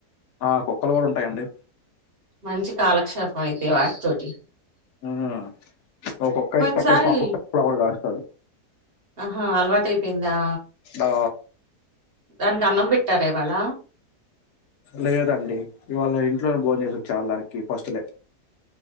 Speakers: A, on the left; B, on the right.
A: ఆ కుక్కలు కూడా ఉంటాయండి.
B: మంచి కాలక్షేపం అయితే వాటితోటి.
A: ఉమ్ ఓ కుక్క
B: పోయినసారి
A: అయితే పిక్క <unintelligible> షాక్క కూడా కాస్తది
B: ఆహా అలవాటయిపోయిందా.
A: ఆ
B: దానికి అన్నం పెట్టారా. ఇవాళ
A: లేదండి ఇవాళ ఇంట్లోనే భోన్ చేసోచ్చ. వాళ్ళ దానికి పస్తులే